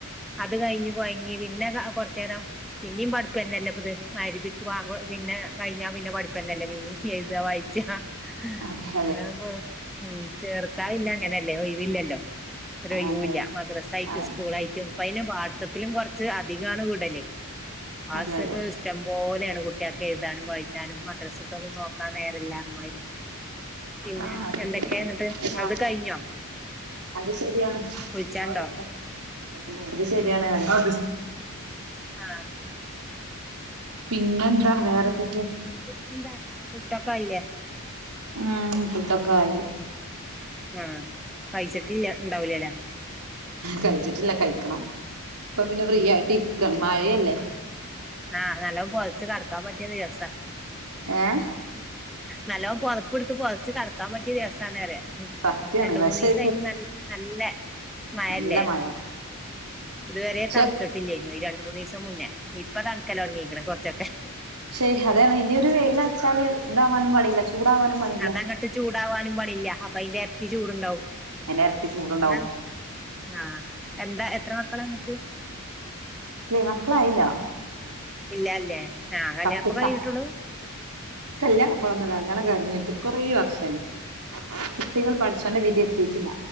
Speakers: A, in the centre; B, on the right.
A: അത് കയ്ഞ്ഞ് കൊഴങ്ങി പിന്നെ കൊർചേരം പിന്നിം പഠിപ്പെന്നെല്ലപ്ത് മയിരിബിക് വാങ്കോ പിന്നെ കഴിഞ്ഞാ പിന്നെ പഠിപ്പന്നല്ലേ പിന്നിം എയ്താ വായ്ചാ <unintelligible>
B: അതെ
A: മ് ചേർത്താ പിന്നെ
B: അതെ
A: അങ്ങനല്ലേ ഒയിവില്ലല്ലോ. ഒരോയിവുല്ല
B: അതെ
A: മദ്രസായിട്ടും
B: ആ
A: സ്കൂളാ യിട്ടും ഇപ്പ അയ്ന് വാട്സപ്പിലും കൊർ ച്ച് അധികാണ് വിടല് വാട്സപ്
B: അതെ അതെ
A: ഇഷ്ടം പോലേണ് കു കുട്ട്യാക് എയ്താനും വായിച്ചാനും മദ്രസ്ത്തത് നോകാനേരല്ലന്ന മായിരി. പിന്നെ
B: ആ അതെ
A: എന്തൊക്കെന്നട്ട് നിങ്ങൾത്
B: ആ
A: കയ്ഞ്ഞോ?
B: അത് ശെരിയാണ്
A: കുളിച്ചാണ്ടോ
B: പോവെന്നെ. അത് ശെരിയാണ് അറ്യാ.
A: ആഹ്.
B: പിന്നെന്താ വേറെതൊക്കെ?
A: പിന്നെന്താ ഫുഡൊക്കെ ആയില്ലേ
B: ഉം ഫുഡൊക്കായി.
A: ആ കയ്ച്ചിട്ട്ല്ല്യ ഇണ്ടാഊലലേ.
B: കയ്ച്ചിട്ടില്ല കയ്ക്കണം ഇപ്പ പിന്നെ ഫ്രീ
A: ഉം
B: ആയിട്ട് ഇര്ക്കാണ് മഴയല്ലേ?
A: ആ ന്നല്ലോം പൊത്ച്ച് കട്ക്കാൻ പറ്റ്യ ദിവസാ
B: ഏ
A: നല്ലോം പൊതപ്പ്ട്ത്ത് പൊത്ച്ച് കടക്കാൻ പ റ്റ്യ ദിവസാണ് പറ്യാ
B: സത്യാണ്
A: രണ്ട്‌
B: പക്ഷെ
A: മൂന്നീസായ്ട്ട് ന്നൽ നല്ലെ മയല്ലേ
B: നല്ല മഴ
A: ഇതുവരെ
B: പക്ഷെ
A: തൺതിട്ടില്ലേനീ ഈ രണ്ട് മൂന്നീസം മുന്നേ ഇപ്പ തൺക്കലൊട്ങ്ങീക്ക്ണ് കൊർച്ചേര്തെ.
B: ശെ അതാണ് ഇനിയൊരു വെയ്ല ർച്ചാല് ഇതാവാനും പണില്ല ചൂടാവാനും പണിയില്ല.
A: അതങ്ങട്ട് ചൂടാവാനും പണിയില്ല്യ അപ്പ അയ്ന്റെരട്ടി ചൂട്ണ്ടാവും
B: അതിന്റെ ഇരട്ടി ചൂടുണ്ടാവും
A: ന്ന ആ എന്താ എത്ര മക്കളാങ്ങക്ക്?
B: ഇല്ലേ മക്കളായില്ല.
A: ഇല്ല അല്ലേ ആ കല്യണപ്പ
B: പത്ത്
A: കയ്ഞ്ഞിട്ടൊള്ളൂ?
B: സ കല്യാണം ഇപ്പളൊന്നൊല്ല കല്യാണം കയ്ഞ്ഞിട്ട് കൊറേ വർഷായീണ് കുട്ടികൾ പടച്ചോന്റെ വിധി എത്തീട്ടില്ല.